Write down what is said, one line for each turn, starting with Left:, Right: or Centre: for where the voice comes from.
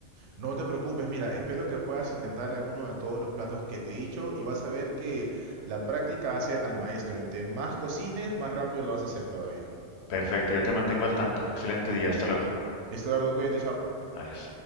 Right: No te preocupes, mira, espero que puedas intentar alguno de todos los platos que te he dicho y vas a ver que la práctica hace al maestro. Entre más cocines, más rápido lo vas a hacer todavía.
Left: Perfecto, yo te mantengo al tanto. Excelente día, hasta luego.
Right: Listo, Eduardo, cuídate, chao.
Left: Adiós.